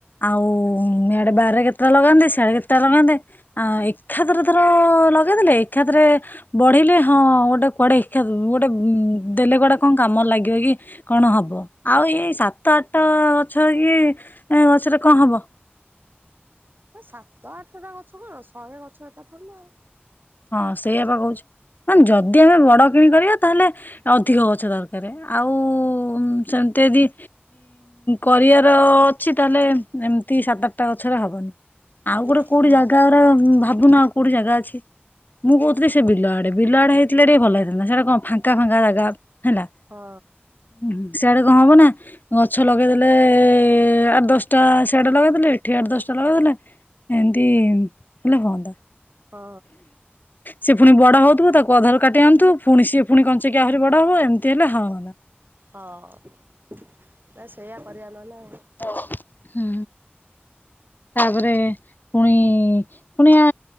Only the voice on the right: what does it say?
ସାତଶହ ଆଠଶ ଟା ଗଛ କଣ ଶହେ ଗଛ ଏଟା ଧର ନା ଆଉ।
ନା
ହଁ
ହଁ।
ହଁ ନା ସେୟା କରିବା ନହେଲେ ଆଉ